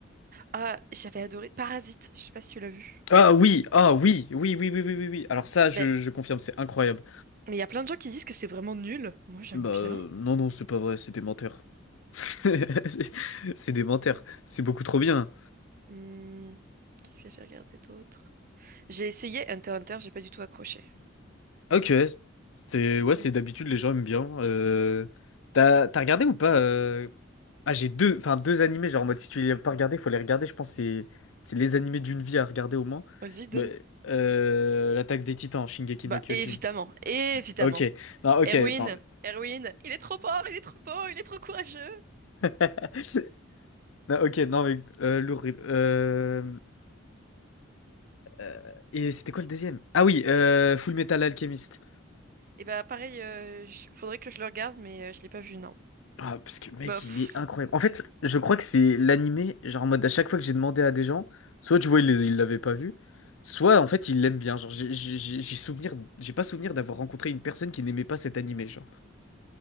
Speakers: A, on the right; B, on the left.
A: Ah, j'avais adoré Parasite, je sais pas si tu l'as vu.
B: Ah oui, ah oui, oui, oui, oui, oui, oui, oui. Alors ça, je,
A: Mais
B: je confirme, c'est incroyable.
A: mais il y a plein de gens qui disent que c'est vraiment nul. Moi, j'aime
B: Bah
A: bien.
B: euh, non, non, c'est pas vrai, c'est des menteurs. <laughs> C'est c'est des menteurs. C'est beaucoup trop bien.
A: Hmm, Qu'est-ce que j'ai regardé d'autre? J'ai essayé Hunter x Hunter, j'ai pas du tout accroché.
B: Ok, c'est ouais, c'est
A: Hmm.
B: d'habitude les gens aiment bien. Euh, T'as t'as regardé ou pas euh, Ah, j'ai deux, enfin deux animés genre en mode si tu les as pas regardés, faut les regarder. Je pense que c'est c'est les animés d'une vie à regarder au moins.
A: Vas-y, donne.
B: Mais, euh, l'Attaque des Titans, Shingeki
A: Bah,
B: no Kyojin.
A: évidemment, évidemment.
B: Ok, non, ok,
A: Erwin,
B: non.
A: Erwin, il est trop fort, il est trop beau, il est trop courageux.
B: <laughs> Non, ok, non mais euh, lourd. Euh, euh, et c'était quoi le deuxième? Ah oui, euh, Full Metal Alchemist.
A: Et bah pareil, euh, j- faudrait que je le regarde, mais euh, je l'ai pas vu, non.
B: Ah, parce que mec,
A: Bah, pff.
B: il est incroyable. En fait, je crois que c'est l'animé, genre en mode à chaque fois que j'ai demandé à des gens, soit tu vois, ils les- ils l'avaient pas vu, soit en fait, ils l'aiment bien. Genre, j'ai j'ai- j'ai- j'ai souvenir, j'ai pas souvenir d'avoir rencontré une personne qui n'aimait pas cet animé, genre.